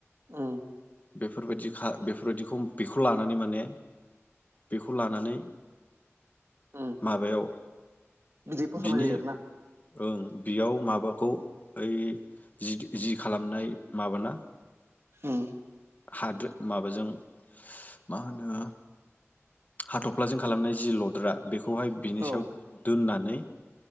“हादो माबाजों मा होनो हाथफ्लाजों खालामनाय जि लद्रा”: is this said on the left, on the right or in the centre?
Left